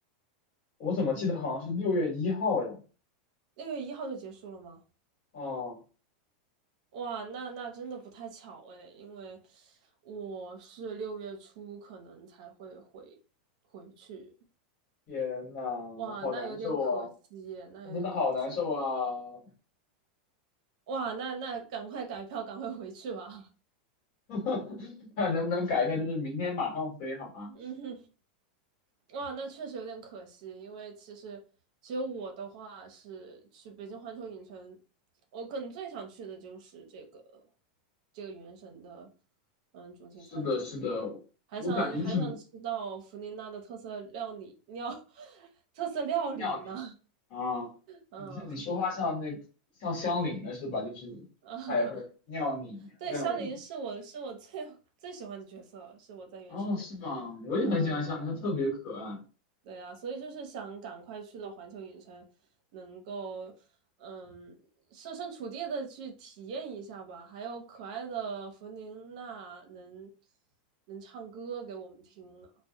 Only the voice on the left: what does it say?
我怎么记得好像是六月一号呀？
哦，
天呐，
好难受啊！
我真的好难受啊！
<laughs> 看能不能改一下，就是明天马上飞好吗？
是的，是的，
我感觉就是
妙你啊，
你像你说话像那像乡里的是吧？就是太会妙你料理
哦，是吗？我也很喜欢像他，
它特别可爱。